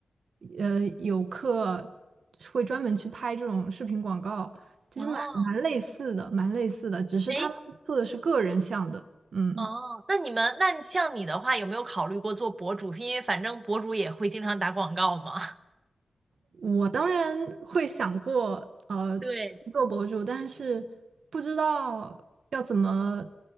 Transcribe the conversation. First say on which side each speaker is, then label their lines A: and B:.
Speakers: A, on the right; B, on the right.
A: 呃有课会专门去拍这种视频广告，其实蛮蛮类似的，
B: 哦，
A: 蛮类似的，只是他们做的是个人像的，
B: 哎。
A: 嗯。
B: 哦，那你们，那像你的话，有没有考虑过做博主？因为反正博主也会经常打广告嘛。
A: 我当然会想过，呃，
B: 对，
A: 做博主，但是不知道要怎么